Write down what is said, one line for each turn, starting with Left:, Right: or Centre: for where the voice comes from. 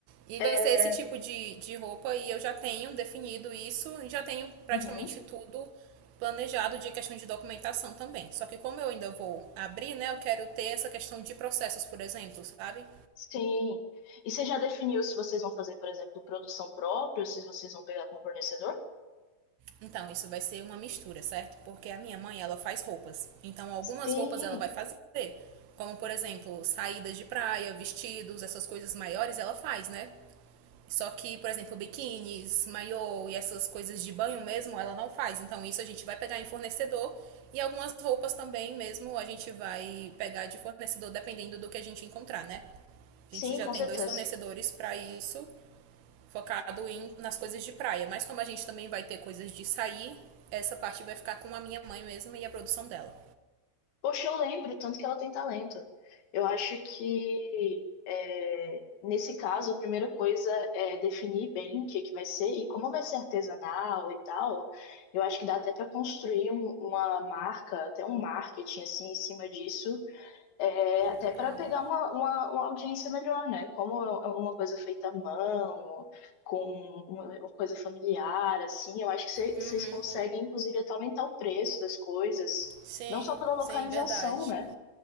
Right: E
Left: É,
Right: vai ser esse tipo de, de roupa e eu já tenho definido isso, já tenho praticamente
Left: Uhum.
Right: tudo planejado de questão de documentação também. Só que como eu ainda vou abrir, né, eu quero ter essa questão de processos, por exemplo, sabe?
Left: Sim. E você já definiu se vocês vão fazer, por exemplo, produção própria, ou se vocês vão pegar com o fornecedor?
Right: Então, isso vai ser uma mistura, certo? Porque a minha mãe, ela faz roupas. Então, algumas
Left: Sim,
Right: roupas ela vai fazer, como por exemplo, saídas de praia, vestidos, essas coisas maiores ela faz, né? Só que, por exemplo, biquínis, maiô e essas coisas de banho mesmo, ela não faz. Então, isso a gente vai pegar em fornecedor. E algumas roupas também mesmo a gente vai pegar de fornecedor, dependendo do que a gente encontrar, né?
Left: sim,
Right: A gente já
Left: com
Right: tem
Left: certeza.
Right: dois fornecedores para isso, focado em, nas coisas de praia. Mas como a gente também vai ter coisas de sair, essa parte vai ficar com a minha mãe mesmo e a produção dela.
Left: Poxa, eu lembro, tanto que ela tem talento. Eu acho que, é, nesse caso, a primeira coisa é definir bem o que é que vai ser e como vai ser artesanal e tal. Eu acho que dá até para construir um- uma marca, até um marketing, assim, em cima disso é, até
Right: Legal.
Left: para pegar uma, uma, uma audiência melhor, né? Como é uma coisa feita à mão, com uma, uma coisa familiar, assim, eu acho que cê-
Right: Uhum.
Left: vocês conseguem, inclusive, até aumentar o preço das coisas,
Right: Sim,
Left: não só pela localização,
Right: sim, verdade.
Left: né?